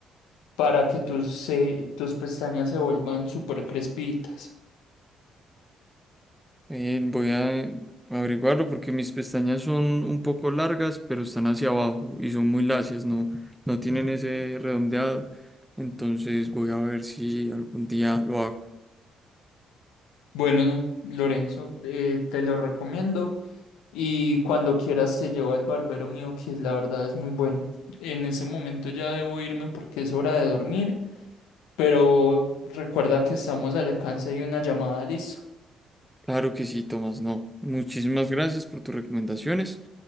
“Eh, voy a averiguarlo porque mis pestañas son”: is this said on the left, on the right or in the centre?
Centre